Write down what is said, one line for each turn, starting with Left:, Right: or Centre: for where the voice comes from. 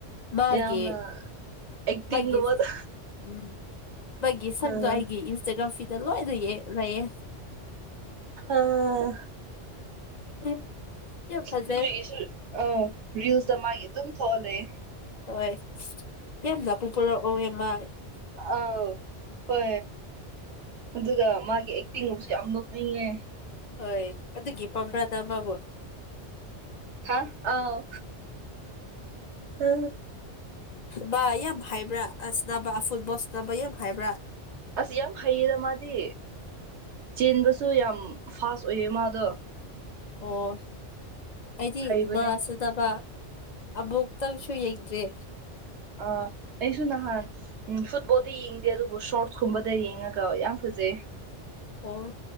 Left: ꯃꯥꯒꯤ
Right: ꯌꯥꯝꯅ ꯑꯦꯛꯇꯤꯡꯒꯨꯝꯕꯗꯣ
Left: ꯃꯥꯒꯤ ꯎꯝ ꯃꯥꯒꯤ ꯁꯪꯗꯣ
Right: ꯎꯝ
Left: ꯑꯩꯒꯤ ꯏꯟꯁꯇꯒ꯭ꯔꯥꯝ ꯐꯤꯠꯇ ꯂꯣꯏꯅ ꯂꯩꯌꯦ
Right: ꯑꯥ
Left: ꯑꯦ ꯌꯥꯝ ꯐꯖꯩ
Right: ꯑꯩꯈꯣꯏꯒꯤꯁꯨ ꯑꯥ ꯔꯤꯜꯁꯇ ꯃꯥꯒꯤ ꯑꯗꯨꯝ ꯊꯣꯛꯑ ꯂꯩꯌꯦ
Left: ꯍꯣꯏ ꯌꯥꯝ ꯖꯄꯨ ꯄꯨꯔꯛꯑꯣ ꯏꯃ
Right: ꯑꯥꯎ ꯄꯦ ꯑꯗꯨꯒ ꯃꯥꯒꯤ ꯑꯦꯛꯇꯤꯡꯕꯨꯁꯨ ꯌꯥꯝ ꯅꯣꯛꯅꯤꯡꯉꯦ
Left: ꯍꯣꯏ ꯑꯗꯨꯒꯤ ꯄꯝꯕ꯭ꯔꯥꯗ ꯑꯃꯕꯨ
Right: ꯑ ꯑꯥꯎ ꯑ
Left: ꯕꯥ ꯌꯥꯝ ꯍꯥꯏꯕ꯭ꯔꯥ ꯑꯁꯕ ꯐꯨꯠꯕꯁ ꯕ ꯌꯥꯝ ꯍꯥꯏꯕ꯭ꯔꯥ
Right: ꯑꯁ ꯌꯥꯝ ꯍꯩꯌꯦꯔ ꯃꯥꯗꯤ ꯆꯦꯟꯕꯁꯨ ꯌꯥꯝ ꯐꯥꯁ ꯑꯣꯏꯌꯦ ꯃꯥꯗꯣ
Left: ꯑꯣ ꯑꯩꯗꯤ
Right: ꯍꯩꯕꯅꯦ
Left: ꯃꯥ ꯆꯗꯕ ꯑꯕꯣꯛꯛꯇꯪꯁꯨ ꯌꯩꯗ꯭ꯔꯦ
Right: ꯑ ꯑꯩꯁꯨ ꯅꯍꯥꯟ ꯎ ꯐꯨꯠꯕꯣꯜ ꯑꯝ ꯌꯦꯡꯗꯦ ꯑꯗꯨꯕꯨ ꯁꯣꯔꯠꯁ ꯀꯨꯝꯕꯗ ꯌꯦꯡꯉꯒ ꯌꯥꯝ ꯐꯖꯩ
Left: ꯑꯣ